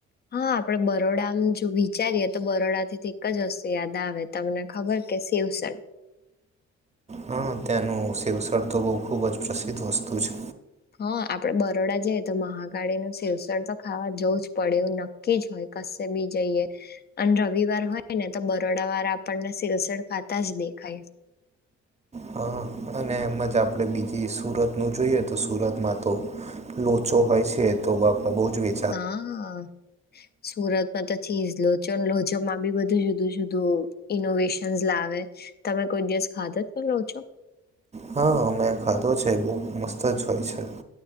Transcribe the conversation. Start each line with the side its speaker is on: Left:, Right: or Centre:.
Left: હા આપડે બરોડા જો વિચારીએ તો બરોડા થીથી એક જ વસ્તુ યાદ આવે તમને ખબર કે સવ સ
Right: હા ત્યાંનું શેવસર તો બહુ ખુબ જ પ્રસિદ્ધ વસ્તુ છે.
Left: હા આપડે બરોડા જઈએ તો મહાકાળીનું સેવસણ તો ખાવા જવું જ પડ્યું કીજ હોય કશેબી જઈએ. અને રવિવાર હોય નેતો બરોડા વારા આપણને સિલસડ ખાતા જ દેખાય.
Right: હ અને એમ જ આપણે બીજી સુરતનું જોઈએ તો સુરતમાં તો લોચો હોય છે, તો બાપા બહુ જ વધી.
Left: હા <inaudible> સુરતમાં તોચી લોચો લોચો માં ભી બધું જુદું જુદું ઇનોવેશનસ લાવે તમે કોઈ દિવસ ખાધો જ પણ રહો છો.
Right: હા અમે ખાધો છે, બહુ મસ્ત જ હોય છે.